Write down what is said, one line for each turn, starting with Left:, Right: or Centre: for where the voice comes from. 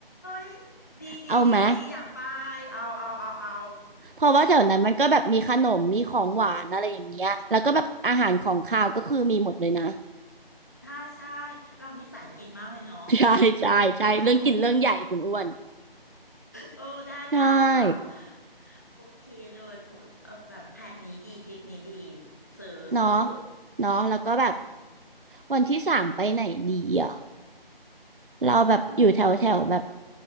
Left: ยดีดีดีดีอยากไป
Right: เอาไหม
Left: เอาเอาเอาเอา
Right: เพราะว่าแถวนั้นมันก็แบบมีขนมมีของหวานอะไรอย่างเงี้ยแล้วก็แบบอาหารของคาวก็คือมีหมดเลยนะ
Left: เออใช่ใช่เรานี่สายกินมากเลยเนาะ
Right: <laughs> ใช่ใช่ใช่เรื่องกินเรื่องใหญ่คุณอ้วน
Left: <laughs> โอ้โหเออได้ได้ค่ะ
Right: ใช่
Left: โอเคเลยปุ๊บเออแบบแผนนี้ดีทริปนี้ดีซื้อซื้อ
Right: เนาะเนาะแล้วก็แบบ
Left: อืม
Right: วันที่สามไปไหนดีอ่ะเราแบบอยู่แถวแถวแบบ
Left: วันที่